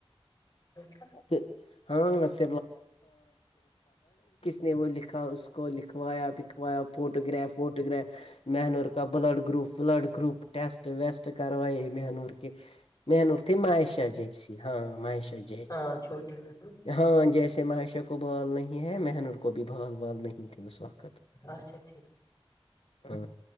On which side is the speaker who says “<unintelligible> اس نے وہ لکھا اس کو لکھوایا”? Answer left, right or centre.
Left